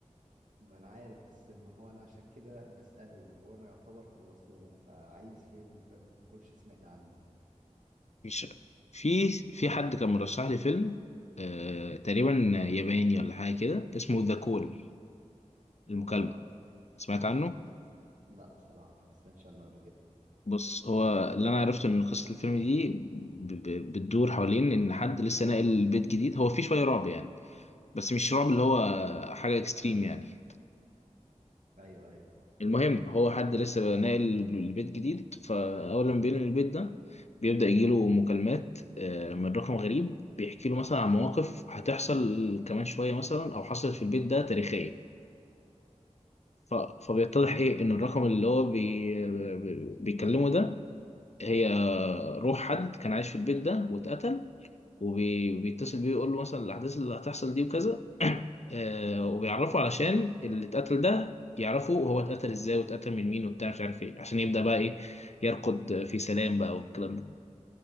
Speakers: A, on the right (about 80°); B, on the left (about 60°).
A: ما انا عارف بس ما هو انا عشان كده بساله اللي هو انا يعتبر خلصتهم فعايز فيلم فاهم ما كنتش سمعت عنه
B: مش في في حد كان مرشح لي فيلم آه تقريبا ياباني ولا حاجه كده اسمه ذا كول المكالمه
A: اه
B: سمعت عنه
A: لا بصراحه ما سمعتش عنه قبل كده
B: بص هو اللي انا عرفته ان قصه الفيلم دي ب- ب- بتدور حوالين ان حد لسه ناقل بيت جديد هو فيه شويه رعب يعني بس مش
A: م-
B: رعب اللي هو
A: م-
B: حاجه اكستريم يعني
A: ايوه ايوه
B: المهم هو حد لسه ناقل البيت جديد فأول ما بينقل البيت ده بيبدأ يجيله مكالمات آه، من رقم غريب بيحكي له مثلا عن مواقف هتحصل كمان شوية مثلا أو حصلت في البيت ده تاريخية ف- فبيتضح إيه إن الرقم اللي هو بي بي- بيكلمه ده هي روح حد كان عايش في البيت ده واتقتل وبيتصل بيه يقول له مثلا الأحداث اللي هتحصل دي وكذا آه، وبيعرفوا علشان اللي اتقتل ده يعرفوا هو اتقتل ازاي واتقتل من مين وبتاع مش عارف ايه عشان يبدأ بقى ايه يرقد في سلام بقى والكلام ده